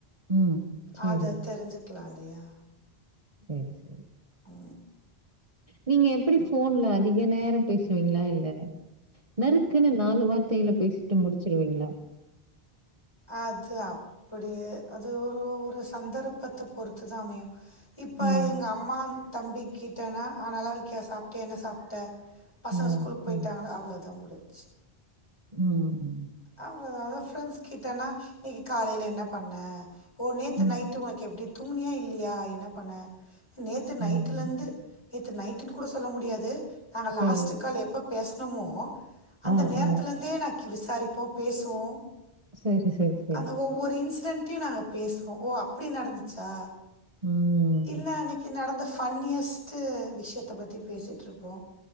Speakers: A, on the right; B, on the left.
A: ம் சரி
B: அத தெரிஞ்சுக்கலா இல்லையா
A: செரி செரி
B: உ
A: நீங்க எப்படி ஃபோன்ல அதிக நேரோ பேசுவீங்களா இல்ல நறுக்குன்னு நாலு வார்த்தையில பேஸிட்டு முடிச்சிருவீங்களா
B: அது அப்புடியே அது ஒரு ஒரு சந்தர்ப்பத்த பொறுத்து தா அமையு இப்ப
A: ஆ
B: எங்க அம்மா தம்பிக்கிட்டனா ஆ நல்லா இருக்கியா சாப்ட்டியா என்ன சாப்ட்ட பசங்க
A: ஆ
B: ஸ்கூலுக்கு போயிட்டாங்களா
A: சரி
B: அவ்வளதா முடிஞ்ச்சு
A: உ
B: அவ்ளோ அதா ஃப்ரெண்ட்ஸ் கிட்டன்னா இன்னைக்கி காலைல என்ன பண்ண ஓ நேத்து
A: ம்
B: நைட்டு உனக்கு எப்டி தூங்குனியா இல்லையா என்ன பண்ண நேத்து நைட்டுல
A: ம்
B: இந்து நேத்து நைட்டுன்னு கூட சொல்ல முடியாது நாங்க
A: சரி
B: லாஸ்ட்டு கால் எப்ப பேசுனோமோ அந்த
A: ஆ
B: நேரத்துல
A: ஆ
B: இந்தே நா விசாரிப்போ பேசுவோ
A: சரி சரி சரி
B: அந்த ஒவ் ஒரு இன்சிடென்டயு நாங்க பேசுவோ ஓ அப்டி நடந்துச்சா
A: ம்
B: இல்ல அன்னைக்கு நடந்த ஃப ஃபன்னியஸ்ட்டு விஷயத்த பத்தி பேசிட்ருப்போ